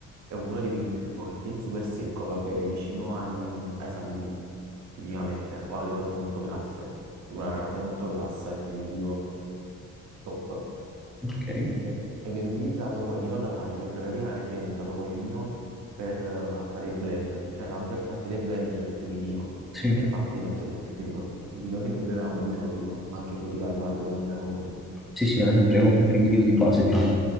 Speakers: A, on the right; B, in the centre.
A: è uno dei vini più forti, super secco, va bene vicino ai, ai salumi, tipicamente, o alle cose molto grasse, tipo una carne molto grassa, il Primitivo è top
B: ok.
A: e, e viene utilizzato come vino da taglio, cioè praticamente viene usato come vino per eh, fare il blend, cioè la maggior parte dei blend c'è il primitivo.
B: Sì,
A: E infatti non so se tu ti ricordi, il vino che noi bevevamo di solito, anche fuori al bar dove andiamo noi,
B: sì, sì, era sempre un primitivo di base, diciamo.